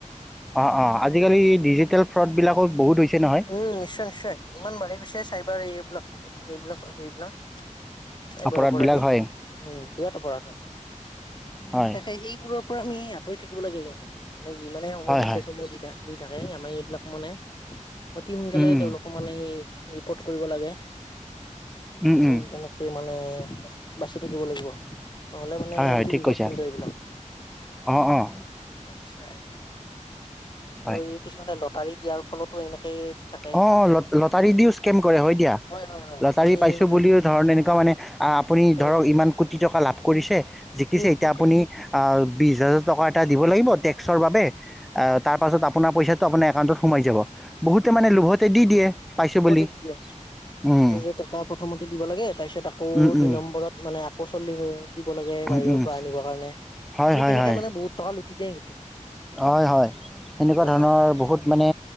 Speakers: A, in the centre; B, on the left.
A: অঁ অঁ আজিকালি ডিজিটেল ফ্ৰডবিলাকো বহুত হৈছে নহয়
B: উম, নিশ্চয় নিশ্চয় ইমান বাঢ়ি গৈছে চাইবাৰ এইবিলাক এইবিলাক হয়। এইবিলাক চাইবাৰ
A: অপৰাধবিলাক
B: অপৰাধী উম,
A: হয়
B: বিৰাট অপৰাধ হয়।
A: হয়
B: তাকে, সেইবোৰৰ পৰা আমি আঁতৰি থাকিব লাগে। কিন্তু মানে যিমানে সমূহ
A: হয়
B: মেছেজসমূহ
A: হয়
B: যেতিয়া। দি থাকে আমাৰ এইবিলাক মানে অতি সোনকালে
A: উম
B: তেওঁলোকক মানে এই ৰিৰ্পট কৰিব লাগে
A: উম উম উম
B: এই তেনেকৈ মানে বাচি থাকিব লাগিব। নহ'লে মানে
A: হয়
B: অতি
A: হয় ঠিক
B: বিপদ
A: কৈছা
B: কিন্তু এইবিলাক।
A: অঁ অঁ
B: আচ্ছা
A: হয়
B: আৰু এই কিছুমানে লটাৰী দিয়াৰ ফলতো এনেকে দি থাকে
A: অ' লটাৰী দিওঁ স্কেম কৰে হয় দিয়া।
B: হয় হয়
A: লটাৰী
B: আমি
A: পাইছোঁ
B: মানে
A: বুলিও ধৰ এনেকুৱা মানে আপুনি
B: হয়
A: ধৰক
B: হয়
A: ইমান কোটি টকা লাভ কৰিছে, জিকিছে,
B: উম
A: এতিয়া
B: ঠিক কথা
A: আপুনি বিশ হাজাৰ টকা এটা দিব লাগিব টেক্স। চৰ বাবে অ তাৰপাছত আপোনাৰ পইচাটো আপোনাৰ একাউন্টত সোমাই যাব, বহুতে মানে লোভতে দি দিয়ে। পাইছোঁ
B: বহুতে
A: বুলি
B: দি দিয়ে।
A: উম,
B: বিশ হাজাৰ টকা প্ৰথমতে দিব লাগে তাৰপিছত আকৌ
A: উম,
B: দুই
A: উম,
B: নম্বৰত মানে আকৌ চল্লিশ হাজাৰ দিব লাগে
A: উম,
B: বাহিৰৰ
A: উম,
B: পৰা আনিবৰ কাৰণে,
A: হয়
B: সেই
A: হয়
B: তেনেকে
A: হয়
B: মানে বহুত টকা লুটি দিয়ে কিন্তু।
A: হয় হয় সেনেকুৱা
B: অ
A: ধৰণৰ বহুত মানে